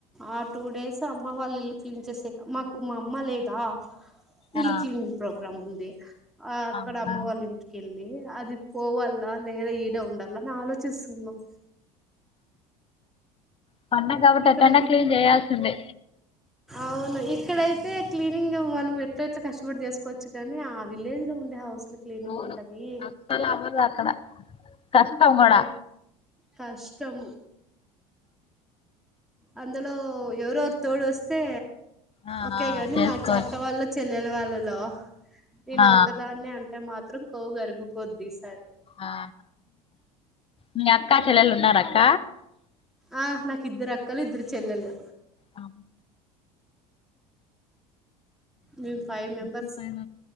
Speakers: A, in the centre; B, on the left.
A: ఆ టూ డేస్ అమ్మ వాళ్ళ ఇల్ క్లీన్ చేసేకి మాకు మా అమ్మ లేదా ఇల్లు
B: ఆ
A: క్లీనింగ్ ప్రోగ్రామ్ ఉంది ఆ అక్కడ
B: అవునా
A: అమ్మ వాళ్ళ ఇంటికెళ్ళి అది పోవాల లేదా ఈడే ఉండాలని ఆలోచిస్తున్నాం
B: ఆ పండగ కాబట్టి
A: ఇక్కడ
B: ఎట్టన్నా క్లీన్ చేయాల్సిందే
A: అవును ఇక్కడయితే క్లీనింగ్ మనం ఎట్లా ఎట్లా కష్టపడి చేసుకోవచ్చు కాని ఆ విలేజ్ లో ఉండే హౌస్ లో క్లీనింగ్
B: అవును
A: ఉంటది
B: అస్సలు అవ్వదు అక్కడ కష్టం కూడా
A: ఆ కష్టం అందులో ఎవరెవరు తోడు వస్తే
B: ఆ
A: ఒకే కాని
B: చేసుకోవచ్చు
A: మా అక్క వాళ్ళ చెల్లెల వాళ్ళలో నేను
B: ఆ
A: ఒకదాన్ని అంటే మాత్రం కొవ్వు కరిగిపోది ఇ సారి
B: ఆ మీ అక్కా చెల్లెలు ఉన్నార అక్క
A: ఆ నాకు ఇద్దరు అక్కలు ఇద్దరు చెల్లలు
B: అ
A: మేము ఫైవ్ మెంబర్స్
B: ఎ పైన